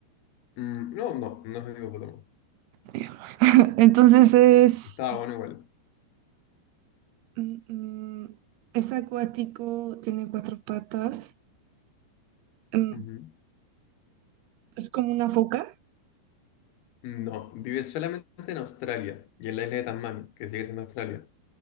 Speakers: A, on the left; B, on the right.
A: Mm, no, no, no es hipopótamo.
B: <laughs> Entonces es...
A: Estaba bueno igual.
B: mm, mm, es acuático, tiene cuatro patas, mm,
A: Ujú.
B: es como una foca.
A: No, vive solamente en Australia y en la isla de Tasmania, que sigue siendo Australia,